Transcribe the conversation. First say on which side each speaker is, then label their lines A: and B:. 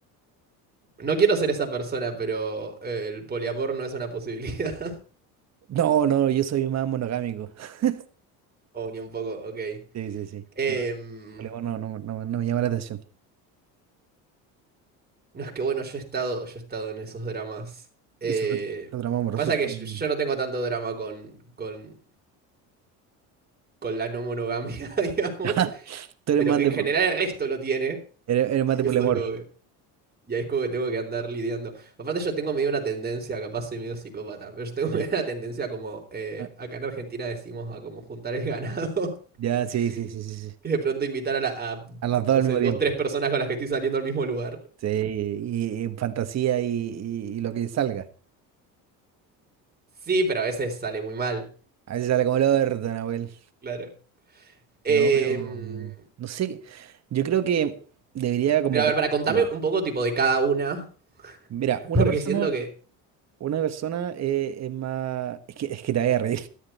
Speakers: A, on the right (about 25°); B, on the right (about 45°).
A: No quiero ser esa persona, pero eh, el poliamor no es una posibilidad. <laughs>
B: No, no, yo soy más monogámico. <laughs>
A: O ni un poco, ok.
B: Sí, sí, sí.
A: Em,
B: No. Problema No, no, no, no me llama la atención.
A: no es que bueno, yo he estado, yo he estado en esos dramas. Eh,
B: Esos dra- esos dramas amorosos
A: pasa que
B: son...
A: yo, yo no tengo tanto drama con, con, con la no monogamia, <laughs> digamos,
B: <laughs> Tú eres
A: pero
B: más
A: en
B: de,
A: general
B: pu-
A: el resto lo tiene.
B: eres, eres
A: Y
B: más de poliamor.
A: eso es como que. Y ahí es como que tengo que andar lidiando. Aparte yo tengo medio una tendencia, capaz soy medio psicópata, pero yo tengo <laughs>
B: Ya,
A: medio una tendencia como, eh,
B: Ah,
A: acá en Argentina decimos a como juntar el ganado
B: ya, sí, sí, sí, sí,
A: <laughs>
B: sí.
A: y de pronto invitar a, la, a,
B: A las dos
A: no
B: al
A: sé,
B: mismo
A: dos,
B: tiempo.
A: tres personas con las que estoy saliendo al mismo lugar.
B: Sí, y en fantasía y, y- y lo que salga.
A: Sí, pero a veces sale muy mal,
B: A veces sale como el orto, Nahuel.
A: claro. Em,
B: No, pero mm, no sé. Yo creo que debería como...
A: pero a ver, para contarme
B: ¿no?
A: un poco tipo de cada una,
B: Mira,
A: <laughs>
B: una
A: porque
B: persona,
A: siento que,
B: Una persona eh, es más. Es que, es que te voy a reír.